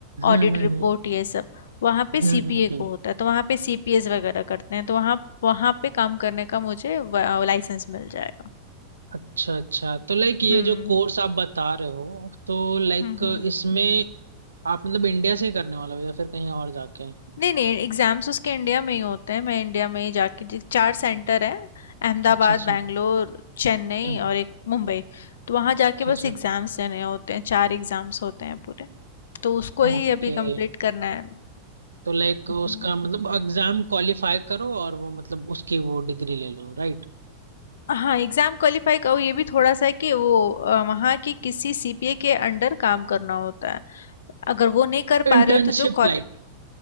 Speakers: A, on the right; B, on the left.
A: हम्म
B: ऑडिट
A: हम्म
B: रिपोर्ट
A: हम्म
B: ये सब वहाँ पे
A: हम्म
B: सीपीए
A: हम्म
B: को
A: हम्म।
B: होता है तो वहाँ पे सीपीएस वगैरह करते हैं तो वहाँ वहाँ पे काम करने का मुझे लाइसेंस मिल जाएगा
A: अच्छा अच्छा तो लाइक ये
B: हम्म
A: जो कोर्स आप बता रहे हो तो लाइक
B: हम्म हम्म
A: इसमें आप मतलब इंडिया से ही करने वाले हो या फिर कहीं और जाके
B: नहीं नहीं एग्जाम्स उसके इंडिया में ही होते हैं मैं इंडिया में ही जाके जिस- चार सेंटर हैं अहमदाबाद
A: अच्छा अच्छा
B: बैंगलोर चेन्नई
A: हम्म,
B: और एक मुंबई तो वहाँ जाके
A: अच्छा
B: बस
A: अच्छा
B: एग्जाम्स देने होते हैं चार एग्जाम्स होते हैं पूरे तो उसको
A: ओके
B: ही अभी कंप्लीट करना है
A: तो लाइक उसका
B: हम्म,
A: मतलब एग्जाम क्वालिफाई करो और वो मतलब उसकी वो डिग्री ले लो right
B: हाँ एग्जाम क्वालिफाई का ये भी थोड़ा सा है कि वो अ, वहाँ की किसी सीपीए के अंडर काम करना होता है अगर वो नहीं कर पा
A: Internship
B: रहे हो तो जो
A: like